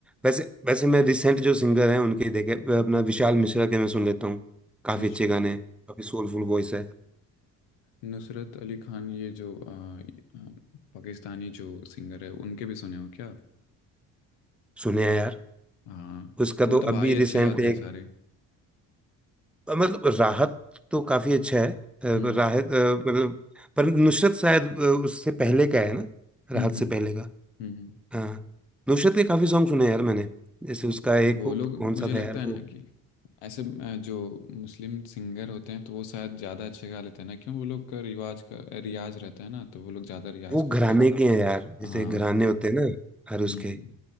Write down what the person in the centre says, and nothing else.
वैसे वैसे मैं रिसेंट जो सिंगर हैं उनके ही देखे वह अपना विशाल मिश्रा के मैं सुन लेता हूँ काफी
अच्छे गाने हैं काफी सोलफुल वॉइस है
सुने हैं यार
उसका
तो
अभी
रिसेंट
एक
मतलब राहत तो काफी अच्छा है अ,
राहत अ, मतलब पर नुसरत शायद अ, उससे पहले का है ना राहत
से पहले का
हाँ नुसरत के काफी सॉन्ग सुने हैं यार मैंने जैसे उसका
एक
वो-
कौन
सा
था यार
वो
वो घराने
के हैं यार जैसे
घराने होते हैं ना हर उसके